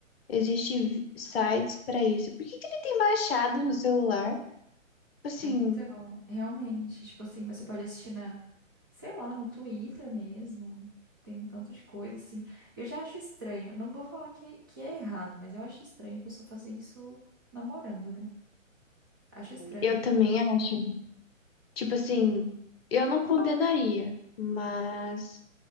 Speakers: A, on the left (about 50°); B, on the right (about 15°).
A: Existem vi- sites pra isso. Por que que ele tem baixado no celular? Tipo Assim,
B: Então, realmente, tipo assim, você pode assistir na, sei lá, no Twitter mesmo. Tem um tanto de coisa assim. Eu já acho estranho. Não vou falar que, que é errado, mas eu acho estranho a pessoa fazer isso namorando, né? Acho estranho.
A: eu também acho. Tipo assim, eu não condenaria, mas